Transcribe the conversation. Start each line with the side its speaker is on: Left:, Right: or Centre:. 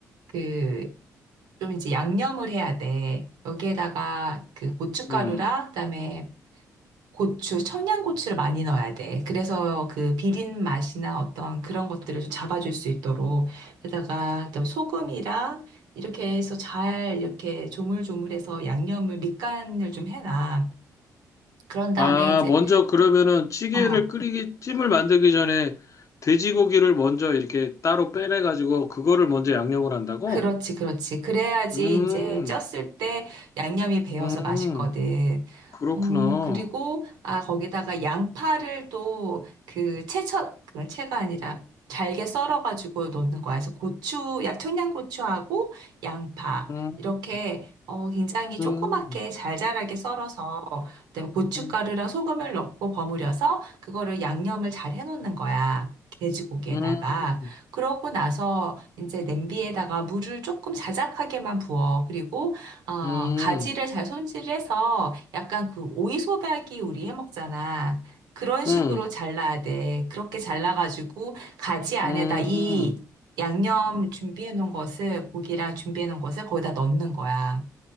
Right: 그, 좀 이제 양념을 해야 돼. 여기에다가 그 고춧가루랑
Left: 음
Right: 그다음에 고추, 청양고추를 많이 넣어야 돼. 그래서 그 비린 맛이나 어떤 그런 것들을 좀 잡아줄 수 있도록. 게다가 또 소금이랑 이렇게 해서 잘 이렇게 조물조물해서 양념을 밑간을 좀 해놔. 그런 다음에
Left: 아,
Right: 이제
Left: 먼저 그러면은 찌개를
Right: 어
Left: 끓이기, 찜을 만들기 전에 돼지고기를 먼저 이렇게 따로 빼내가지고 그거를 먼저 양념을 한다고?
Right: 그렇지, 그렇지. 그래야지
Left: 음,
Right: 이제 쪘을 때 양념이 배어서
Left: 음,
Right: 맛있거든.
Left: 그렇구나.
Right: 음, 그리고, 아, 거기다가 양파를 또 그 채쳐, 그 채가 아니라 잘게 썰어가지고 넣는 거야. 그래서 고추, 약 청양고추하고 양파.
Left: 음,
Right: 이렇게, 어, 굉장히 조그맣게
Left: 음,
Right: 잘 자라게 썰어서, 그다음에 고춧가루랑
Left: 음,
Right: 소금을 넣고 버무려서 그거를 양념을 잘 해놓는 거야. 돼지고기에다가.
Left: 음,
Right: 그러고 나서 이제 냄비에다가 물을 조금 자작하게만 부어. 그리고 어,
Left: 음,
Right: 가지를 잘 손질해서 약간 그 오이소박이 우리 해 먹잖아. 그런 식으로
Left: 음,
Right: 잘라야 돼. 그렇게 잘라가지고 가지 안에다
Left: 음,
Right: 이 양념 준비해 놓은 것을 고기랑 준비해 놓은 것을 거기다 넣는 거야.